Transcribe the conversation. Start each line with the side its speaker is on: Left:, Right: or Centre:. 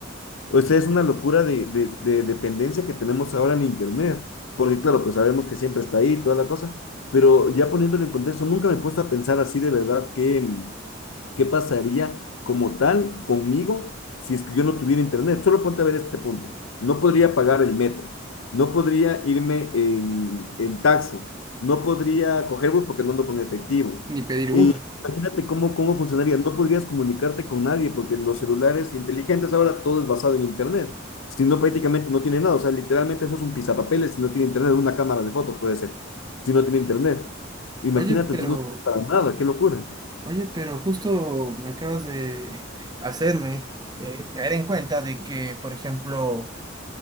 Left: O sea, es una locura de, de- de dependencia que tenemos ahora en Internet, porque claro, pues sabemos que siempre está ahí, toda la cosa, pero ya poniéndolo en contexto, nunca me he puesto a pensar así de verdad que, qué pasaría como tal conmigo si es que yo no tuviera internet. Solo ponte a ver este punto. No podría pagar el metro, no podría irme en, en taxi, no podría coger bus porque no ando con efectivo.
Right: Ni pedir Uber.
Left: Y imagínate cómo, cómo funcionaría. No podrías comunicarte con nadie porque los celulares inteligentes ahora todo es basado en internet. Si no, prácticamente no tiene nada. O sea, literalmente eso es un pisapapeles si no tiene internet, una cámara de fotos puede ser. Si no tiene internet. Imagínate,
Right: Oye, pero
Left: entonces no sirve para nada, qué locura.
Right: Oye, pero justo me acabas de <laughs> hacerme eh, caer en cuenta de que, por ejemplo,